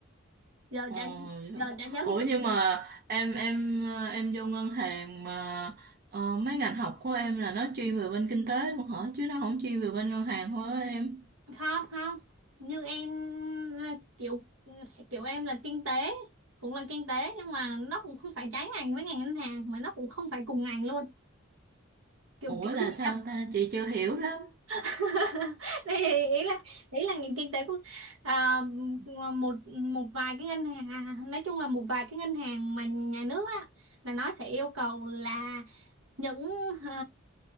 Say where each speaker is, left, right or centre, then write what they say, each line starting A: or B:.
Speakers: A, on the right; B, on the right.
A: giờ
B: Ồ,
A: chả
B: vậy hả?
A: giờ chả nhớ
B: Ủa
A: cái chuyện
B: nhưng
A: đó.
B: mà em em ờ, em vô ngân hàng mà ờ, mấy ngành học của em là nó chuyên về bên kinh tế luôn hả? Chứ nó không chuyên về bên ngân hàng thôi á em.
A: không không như em ờ, kiểu kiểu em là kinh tế cũng là kinh tế nhưng mà nó cũng không phải trái ngành với ngành ngân hàng mà nó cũng không phải cùng ngành luôn kiểu
B: Ủa
A: kiểu
B: là
A: gì
B: sao ta? Chị chưa hiểu lắm.
A: <laughs> Đây, ý là ý là nền kinh tế của à, một một vài cái ngân hàng à, nói chung là một vài cái ngân hàng mà nhà nước á là nó sẽ yêu cầu là những ờ,